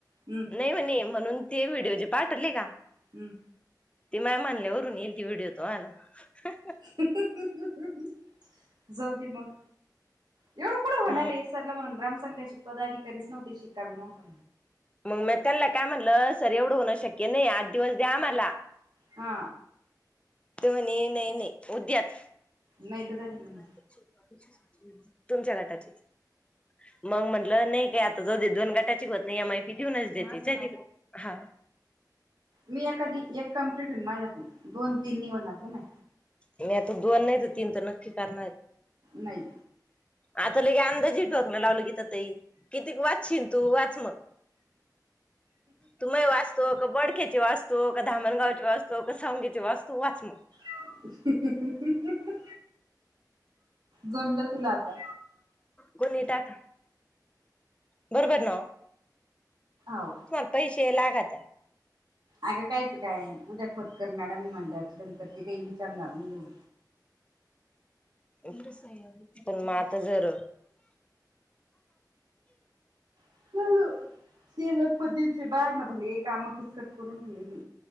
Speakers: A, on the right; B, on the left.
A: हम्म
B: नाही म्हणे म्हणून ते व्हिडिओ पाठवलेना
A: हम्म.
B: ते माय म्हनल्यावररून येईल ते व्हिडिओ तुम्हाला
A: <inaudible> जाऊ दि मग एवढं कुठं होणार
B: मग
A: आहे सरला म्हणा संघाचे पदाधिकारीच नव्हते शिक्का बी नव्हता.
B: मग मी त्यांना काय म्हणलं सर एवढं होण शक्य नाही आठ दिवस द्या आम्हाला.
A: हा.
B: म्हणी नाही नाही उद्याच
A: नाही
B: ब <unintelligible>
A: तर त्या तिकडे मग
B: तुमच्या गटाचीच मग म्हंटलं नाही काय आता जाऊ दे दोन गटाची होत नाही एम आय पी देऊनच देते त हा
A: मी एखाधी एक कम्प्लीट होईन माझ्याकून दोन तीन नाही होणारग माय
B: मी आता दोन नाही तर तीन तर नक्की करणार आहे.
A: नाही
B: आता ले अंदाजे ठोक नाही लावलं कि ते किती क वाचशील तू? वाच मग. तुम ही वाचतो की बोड ख्याची वाचतो? धामणगाव ची वाचतो की सावंगी ची वाचतो? वाच मग.
A: <unintelligible> अहं हं हं. जमलं तुला आता.
B: कोणी टाका. बरोबर ना.
A: हो
B: तुम्हाला पैसे लागत. ते
A: अगं कायचं काय उद्या खोतकर मॅडम म्हंटलच नंतर ते काही विचारणार नाही एवढं.
B: पण मग आता जर
A: एवढं. <unintelligible> बाय ना भले. काम किचकट करून ठेवली.